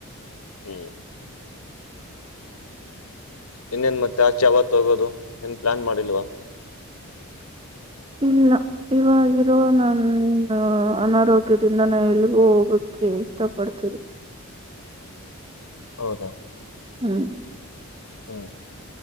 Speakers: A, on the left; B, on the right.
A: ಹ್ಮ್ ಇನ್ನೇನ್ ಮತ್ತೆ ಆಚೆ ಯಾವತ್ತು ಹೋಗೋದು ಏನ್ ಪ್ಲಾನ್ ಮಾಡಿಲ್ವಾ.
B: ಇಲ್ಲ ಇವಾಗ ಇರೋ ನನ್ ಅನಾರೋಗ್ಯದಿಂದ ನಾ ಎಲ್ಗೂ ಹೋಗಕ್ಕೆ ಇಷ್ಟ ಪಡ್ತಿಲ್ಲ
A: ಹೌದಾ
B: ಹ್ಮ್
A: ಹ್ಮ